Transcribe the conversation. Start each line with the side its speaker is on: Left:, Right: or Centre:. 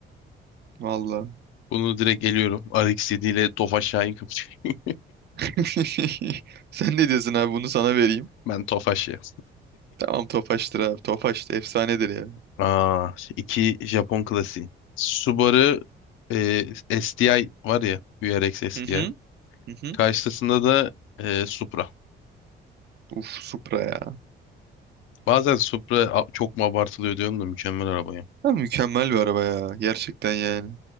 Right: Valla.
Left: Bunu direkt eliyorum. RX-7 ile Tofaş Şahin kapışıyor.
Right: <laughs> Sen ne diyorsun abi bunu sana vereyim.
Left: <laughs> Ben Tofaş ya.
Right: Tamam Tofaş'tır abi. Tofaş da efsanedir ya.
Left: Aa, iki Japon klasiği. Subaru eee, STI var ya. VRX STI.
Right: Hı hı. Hı hı.
Left: Karşısında da eee, Supra.
Right: Uf Supra ya.
Left: Bazen Supra a- çok mu abartılıyor diyorum da mükemmel arabaya.
Right: Ha, mükemmel bir araba ya. Gerçekten yani.